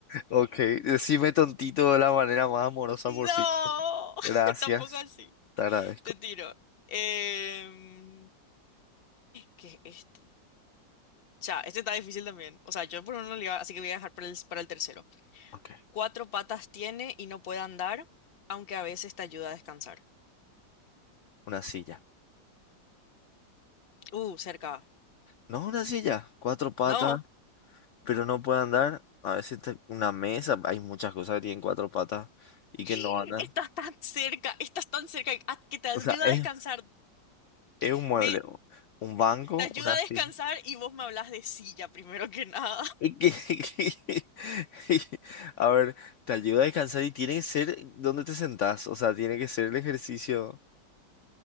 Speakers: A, on the left; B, on the left.
A: Ok, decime tontito de la manera más amorosa
B: No,
A: por sí.
B: <laughs>
A: Gracias,
B: tampoco así.
A: te agradezco.
B: Te tiro. Em, ¿qué es esto? Ya, este está difícil también. O sea, yo por uno le iba, así que voy a dejar para el, para el tercero.
A: Ok,
B: Cuatro patas tiene y no puede andar, aunque a veces te ayuda a descansar.
A: una silla.
B: Uh, cerca.
A: No, una silla, cuatro patas,
B: No.
A: pero no puede andar. A veces te- una mesa, hay muchas cosas que tienen cuatro patas y
B: <gasps>
A: que no andan.
B: Estás tan cerca, estás tan cerca ah, que te ayuda
A: O sea, es,
B: a descansar.
A: es un mueble,
B: Me,
A: o- un banco,
B: te ayuda
A: una
B: a descansar
A: silla.
B: y vos me hablas de silla primero que nada.
A: Y que- <laughs> y- A ver, te ayuda a descansar y tiene que ser donde te sentás. O sea, tiene que ser el ejercicio